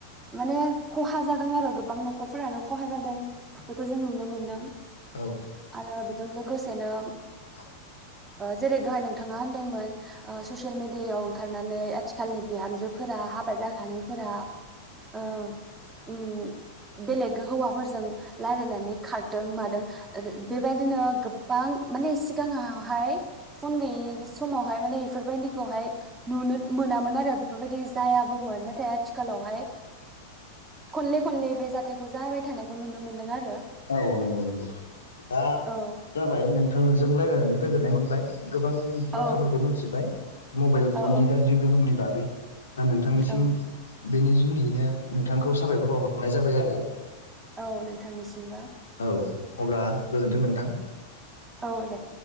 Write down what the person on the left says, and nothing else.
औ
<inaudible>
औ नंगौ नंगौ दा
जाबाय नोंथांजों लारायनानै गोजोननाय मोनबाय गोबां
बाथ्राफोरखौ मिथिबाय। मबाइल फननि
गाज्रि गोहोमनि बागै दा नोंथांनिसिम
बेनि जुनैनो नोंथांखौ साबायखर बावहरनाय जाबाय आरो।
औ अब्ला गोजोन्थों नोंथां।